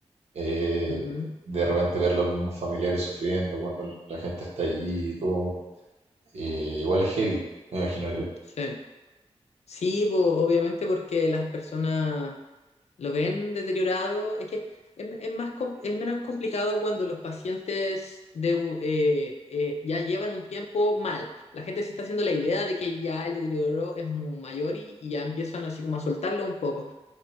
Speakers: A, on the right; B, on the left.
A: eh,
B: Ujú,
A: de repente ver los mismos familiares sufriendo cuando la gente está allí y todo, eh, igual es heavy, me imagino yo.
B: Sí, sí po, obviamente porque las personas lo ven deteriorado. Es que es, es más, com- es menos complicado cuando los pacientes de, un- eh, eh, ya llevan un tiempo mal. La gente se está haciendo la idea de que ya el deterioro es mayor y, y ya empiezan así como a soltarlo un poco.